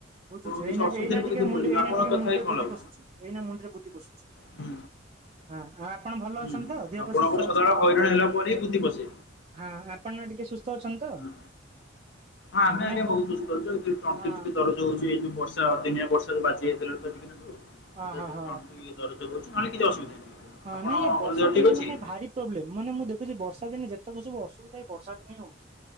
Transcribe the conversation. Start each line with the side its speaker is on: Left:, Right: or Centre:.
Right: ବୁଝୁଛି
Left: ତ
Right: ଏଇ
Left: ସେ ଅସୁବିଧାରେ
Right: ଏଇନା
Left: ପକେଇ
Right: ଟିକେ
Left: ଦେଇ
Right: ମୁଣ୍ଡ
Left: ପଳଉଛନ୍ତି
Right: ଏଇନା
Left: ଆପଣ
Right: ଟିକେ
Left: କଥା
Right: ମୁଣ୍ଡରେ
Left: ହେଇ କଣ
Right: ବୁଦ୍ଧି
Left: ଲାଭ।
Right: ପଶୁଚି। ଏଇନା ମୁଣ୍ଡରେ ବୁଦ୍ଧି ପଶୁଚି।
Left: ହୁଁ
Right: ହଁ ଆ ଆପଣ ଭଲ
Left: ହୁଁ
Right: ଅଛନ୍ତି ତ ଦେହ
Left: ଆପଣଙ୍କର
Right: ପା ସୁସ୍ଥ
Left: ସଦାବେଳେ
Right: ଅଛି?
Left: ହଇରାଣ ହେଲା ପରେ ହିଁ ବୁଦ୍ଧି ପଶେ।
Right: ହଁ ଆପଣ ନା ଟିକେ ସୁସ୍ଥ ଅଛନ୍ତି
Left: ହଁ
Right: ତ?
Left: ହଁ ଆମେ
Right: ନାଇଁ
Left: ଆଜ୍ଞା
Right: କ
Left: ବହୁତ୍ ସୁସ୍ଥ ଅଛୁ ଏଇ ତଣ୍ଟି
Right: ହଁ
Left: ଟିକେ ଦରଜ ରହୁଚି ଏଇ ଯଉ ବର୍ଷା ଅଦିନିଆ ବର୍ଷା ବାଜିଯାଇଥିଲା ତ ଟିକେ ନାକୁ
Right: ଅ
Left: ତ
Right: ହ
Left: ଟିକେ
Right: ହ
Left: ତଣ୍ଟି ଦରଜ ହଉଚି ନହେଲେ କିଛି ଅସୁବିଧା ନାହିଁ।
Right: ହଁ
Left: ଆପଣଙ୍କର
Right: ନାଇଁ ଏ ବର୍ଷା
Left: ଦେହ ଠିକ୍
Right: ଦିନେ
Left: ଅଛି।
Right: ମାନେ ଭାରି ପ୍ରୋବଲେମ ମାନେ ମୁଁ ଦେଖୁଚି ବର୍ଷା ଦିନେ ଯେତକ ସବୁ ଅସୁବିଧା ଏଇ ବର୍ଷ ଦିନେ ହଉଚି।